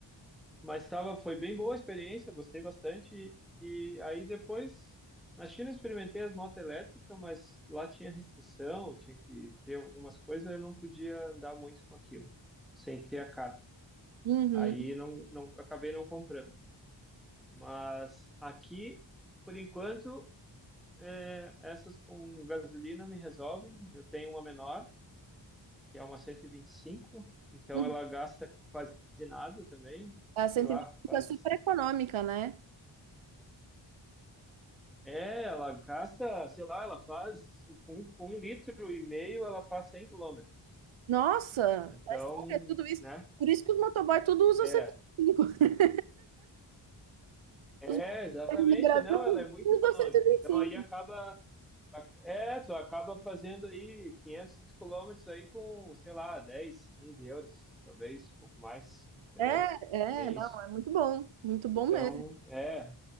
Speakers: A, in the centre; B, on the right (about 80°).
A: mas tava, foi bem boa a experiência, gostei bastante E aí depois, na China eu experimentei as motos elétricas, mas lá tinha restrição, tinha que ter algumas coisas, eu não podia andar muito com aquilo, sem ter a carta.
B: Uhum,
A: Aí não, não acabei não comprando. Mas aqui, por enquanto, é, essas com gasolina me resolvem. Eu tenho uma menor, que é uma 125, então
B: uhum.
A: ela gasta quase nada também,
B: A
A: sei
B: cento
A: lá,
B: e vinte e cinco
A: faz
B: é super econômica, né?
A: É, ela gasta, sei lá, ela faz com, com um litro e meio, ela faz 100 quilômetros.
B: Nossa,
A: Então,
B: é sério, é tudo isso.
A: né?
B: Por isso que os motoboy tudo usam
A: É,
B: cento e vinte e cinco
A: é,
B: Os motoboys
A: exatamente.
B: no Brasil
A: Não, ela é muito econômica.
B: usam 125.
A: Então aí acaba, é, tu acaba fazendo aí 500 quilômetros aí com, sei lá, 10, 15 euros, talvez um pouco mais, entendeu?
B: É,
A: Nem
B: é, não,
A: isso.
B: é muito bom, muito bom
A: Então,
B: mesmo.
A: é,